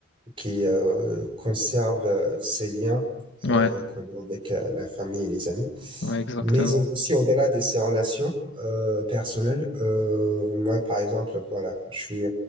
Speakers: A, on the right; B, on the left.
A: qui euh, conserve euh, ces liens
B: Ouais,
A: euh, qu'on a avec euh, la famille et les amis.
B: ouais, exactement.
A: Mais aussi au-delà de ces relations euh, personnelles, euh, moi par exemple, voilà, je suis,